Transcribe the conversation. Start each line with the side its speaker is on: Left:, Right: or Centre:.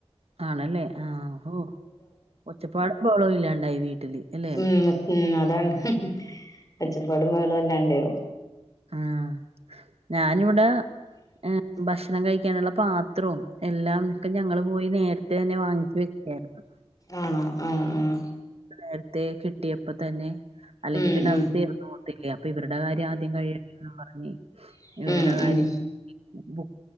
Right: ആണല്ലേ ആഹ് ഹോ ഒച്ചപ്പാടും ബഹളോ ഇല്ലാണ്ടായി വീട്ടില് അല്ലേ
Left: ഉം ഉം അതാണ് ഹ് ഒച്ചപ്പാടും ബഹളും ല്ലാണ്ടോ
Right: ആഹ് ഞാനിവിടെ
Left: <inaudible>
Right: ഏ, ഭക്ഷണം കഴിക്കാനുള്ള പാത്രും എല്ലാം ക്ക ഞങ്ങള്ൾ പോയി നേരത്തെന്നെ വാങ്ങിച്ച വെക്കായിരുന്നു
Left: ആണോ ഏഹ് ഏഹ്
Right: നേരത്തെ കിട്ടിയപ്പ തന്നെ അല്ലെങ്കി
Left: ഉം
Right: പിന്നെ
Left: ഉം
Right: അത് തീർന്നോവത്തില്ലേ അപ്പൊ ഇവരുടെ കാര്യം ആദ്യം കഴിയണ്ടെന്ന് പറഞ്ഞ്
Left: ഉം
Right: ഇവരുടെ കാര്യം
Left: ഉം
Right: ബുക്